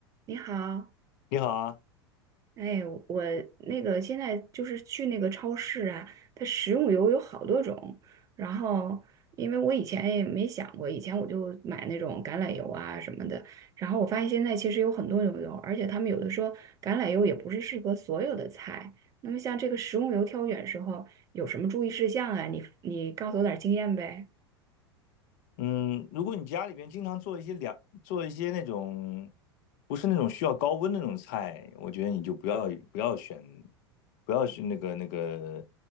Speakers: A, on the right; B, on the left.
A: 你好，
B: 你好啊，
A: 哎，我那个现在就是去那个超市啊，它食用油有好多种。然后，因为我以前也没想过，以前我就买那种橄榄油啊什么的。然后我发现现在其实有很多种油，而且他们有的说橄榄油也不是适合所有的菜。那么像这个食用油挑选时候有什么注意事项啊？你你告诉我点儿经验呗。
B: 嗯，如果你家里边经常做一些凉，做一些那种不是那种需要高温的那种菜，我觉得你就不要不要选，不要选那个那个，